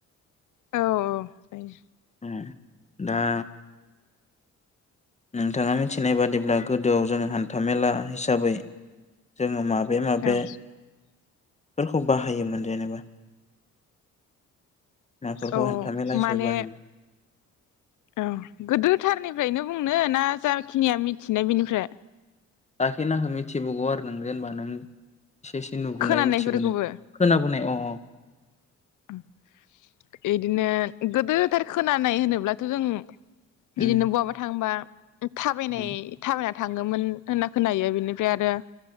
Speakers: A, on the left (about 80°); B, on the left (about 20°).
A: औ औ जायो।
B: <unintelligible> दा नोंथाङा मिनथिनाय बादिब्ला गोदोआव जोङो हान्थामेला हिसाबै जोङो माब बे माबे
A: औ
B: फोरखौ बाहायोमोन जेनेबा? माफोरखौ
A: औ
B: हान्था मेला हिसाबै
A: माने
B: बाहायोमोन?
A: ओह गोदोथारनि नैनो बुंनो ना जाखिनिया मिथिनाय बिनिफ्राय?
B: जाखिनाखो मिथिबोगौ आरो नों जेनेबा नों एसे एसे नुबोनाय
A: खोनानायफोरखौबो
B: मिथिबोनाय खोनाबोनाय अ अ
A: <unintelligible> इदिनो गोदोथार खोनानाय होनोब्लाथ' जों
B: उम
A: इदिनो बहाबा थांबा <unintelligible> थाबायनाय
B: उम
A: थाबायना थाङोमोन होनना खोनायो बेनिफ्राय आरो